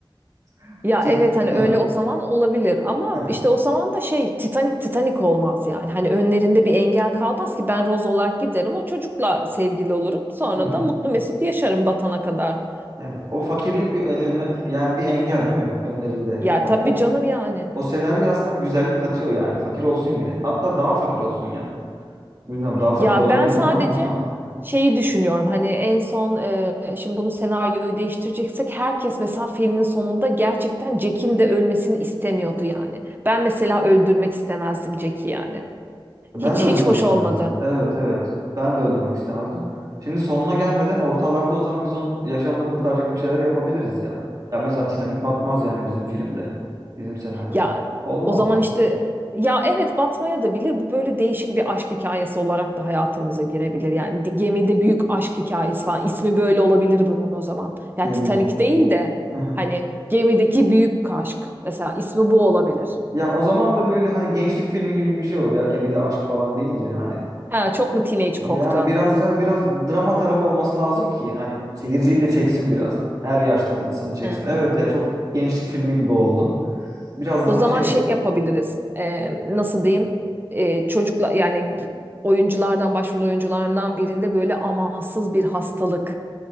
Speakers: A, on the right (about 45°); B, on the right (about 20°).
A: <laughs>
B: Ya
A: Jack.
B: evet hani
A: Ha.
B: öyle o zaman olabilir ama
A: Ha.
B: işte o zaman da şey Titanic Titanic olmaz yani. Hani önlerinde bir engel kalmaz ki ben Rose olarak giderim o çocukla sevgili olurum. Sonra
A: Hı hı.
B: da mutlu mesut yaşarım batana kadar.
A: Evet. O fakirlik bir önle- yani bir engel değil mi önlerinde?
B: Ya
A: O,
B: tabii
A: o,
B: canım yani.
A: o senaryo aslında bir güzellik katıyor yani. Fakir olsun yine. Hatta daha fakir olsun ya. Bilmiyorum daha fakir
B: Ya
A: olabilir
B: ben sadece
A: mi ama <laughs>
B: şeyi düşünüyorum hani en son e, şimdi bunu senaryoyu değiştireceksek herkes mesela filmin sonunda gerçekten Jack'in de ölmesini istemiyordu yani. Ben mesela öldürmek istemezdim Jack'i yani.
A: ben
B: Hiç
A: de öldürmek
B: hiç hoş
A: istemezdim.
B: olmadı.
A: Evet evet. Ben de öldürmek istemezdim. Şimdi sonuna gelmeden ortalarda o zaman biz onun yaşamını kurtaracak bir şeyler yapabiliriz ya. Ya mesela Titanic batmaz yani bizim filmde. Bizim senaryoda.
B: Ya
A: Olamaz
B: o zaman
A: mı?
B: işte ya evet batmaya da bilir. Bu böyle değişik bir aşk hikayesi olarak da hayatımıza girebilir. Yani di- gemide büyük aşk hikayesi falan. İsmi böyle olabilir bunun o zaman. Ya
A: Gemide.
B: Titanic değil de
A: Hı hı.
B: hani gemideki büyük aşk. Mesela ismi bu olabilir.
A: Ya o zaman da böyle hani gençlik filmi gibi bir şey olur ya. Gemide aşk falan deyince hani
B: Ha, çok mu teenage
A: E, Yani
B: koktu?
A: biraz da biraz drama tarafı olması lazım ki hani seyirciyi de çeksin biraz. Her yaştan insanı çeksin.
B: Ha.
A: Evet ya çok gençlik filmi gibi oldu. Biraz daha
B: O zaman
A: şey
B: şey
A: o.
B: yapabiliriz. Ee, nasıl diyeyim? Ee, çocukla yani oyunculardan başrol oyuncularından birinde böyle amansız bir hastalık.